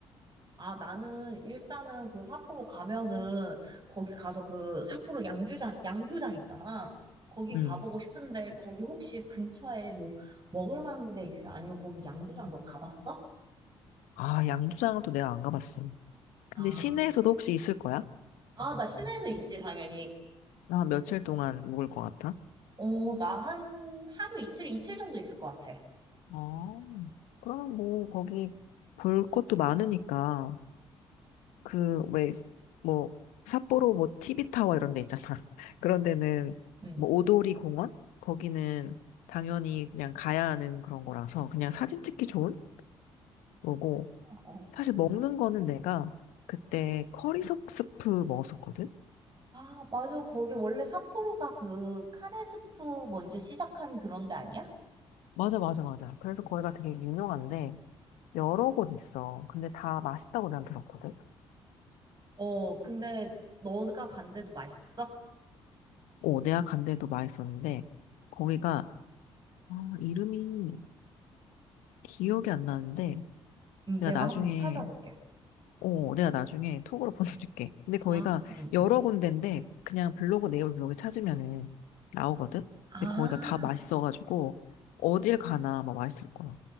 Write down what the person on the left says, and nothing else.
음.
아, 양주장은 또 내가 안 가봤어. 근데
시내에서도 혹시 있을 거야?
나 며칠 동안 묵을 것 같아?
어, 그러면 뭐, 거기 볼 것도 많으니까, 그, 왜, 뭐, 삿포로 뭐, TV타워 이런 데 있잖아. <laughs> 그런 데는,
뭐, 오도리 공원? 거기는 당연히 그냥 가야 하는 그런 거라서, 그냥 사진 찍기 좋은 거고,
사실 먹는 거는 내가 그때 커리석 스프 먹었었거든?
맞아, 맞아, 맞아. 그래서 거기가 되게 유명한데, 여러 곳 있어. 근데 다 맛있다고 난 들었거든.
어, 내가 간 데도 맛있었는데, 거기가, 아, 이름이 기억이 안 나는데,
내가
나중에,
어, 내가 나중에 톡으로 <laughs> 보내줄게. 근데 거기가
여러
군데인데, 그냥 블로그, 네이버 블로그 찾으면은 나오거든?
근데 거기가 다 맛있어가지고, 어딜 가나 막 맛있을 거야.